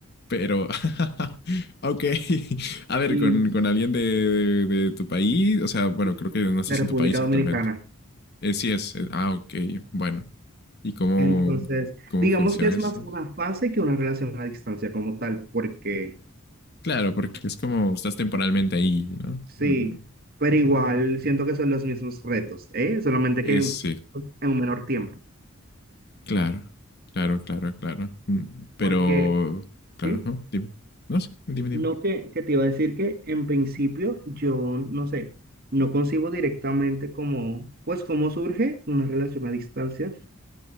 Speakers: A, on the left (about 50°); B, on the right (about 45°).
A: pero, <laughs> ok. <laughs> A ver,
B: y,
A: con, con alguien de, de- de tu país, o sea, bueno,
B: y
A: creo que no estás
B: de República
A: en tu país actualmente.
B: Dominicana.
A: Eh, sí es, eh, ah, ok, bueno. ¿Y cómo,
B: Entonces,
A: cómo
B: digamos
A: funciona
B: que es
A: eso?
B: más una fase que una relación a distancia como tal, porque
A: Claro, porque es como estás temporalmente ahí, ¿no?
B: sí,
A: Mm,
B: pero igual siento que son los mismos retos, ¿eh? Solamente
A: Es,
B: que en
A: sí,
B: en un menor tiempo.
A: claro, claro, claro, claro. Mm, Pero,
B: Porque,
A: claro,
B: sí,
A: ¿no? Dime. No, sí, dime, dime.
B: no que, que te iba a decir que en principio yo, no sé, no concibo directamente como, pues cómo surge una relación a distancia,